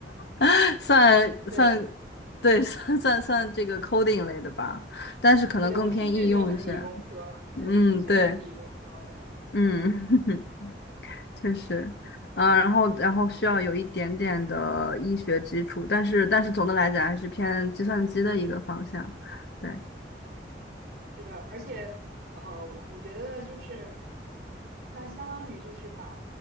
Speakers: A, on the left; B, on the right.
A: <laughs> 算算，
B: <laughs> 对，
A: 对，算算算这个 coding 类的吧，但是可能更偏应用一些，
B: 对，我听着就很理工科，对，
A: 嗯，
B: 我听着就很理工科，
A: 对，
B: 对。
A: 嗯。<laughs> 确实，嗯、然后然后需要有一点点的医学基础，但是但是总的来讲还是偏计算机的一个方向。对，
B: 嗯，是的，而且呃，我我觉得就是，那相当于就是把